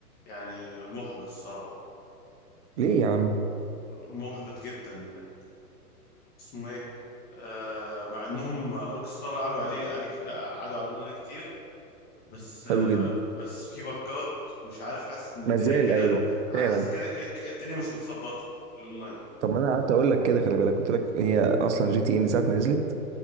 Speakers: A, on the left; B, on the right.
A: يعني محبط الصراحة
B: ليه يا عم
A: محبط جدا يعني اسمه ايه آه، مع انهم روك ستار قعدوا عليه عليه كت- قعدوا على الاونلاين كتير بس
B: حلو
A: آه،
B: جدا
A: بس في بجات ومش عارف حاسس ان الدنيا
B: مازال
A: كده
B: ايوه
A: حاسس
B: فعلا
A: كده ج- ج- الدنيا مش متظبطه في الاونلاين
B: طب ما انا قعدت اقول لك كده خلي بالك قلت لك هي اصلا جي تي اي من ساعه ما نزلت